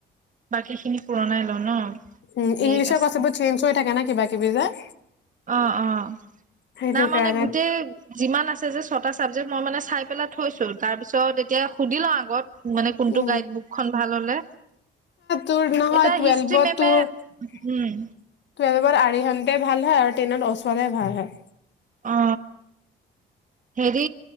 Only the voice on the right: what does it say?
বাকী খিনি পুৰণাই ল ন
ঠিক
আছে
অ অ
না মানে
গোটেই যিমান আছে যে ছটা ছাবজেক্ট মই মানে চাই পেলাই থৈছোঁ তাৰপিছত এতিয়া সুধি লওঁ আগত মানে কোনটো
গাইডবুকখন ভাল হ'লে।
এতিয়া
হিষ্ট্ৰী মেমে
উম
অ হেৰি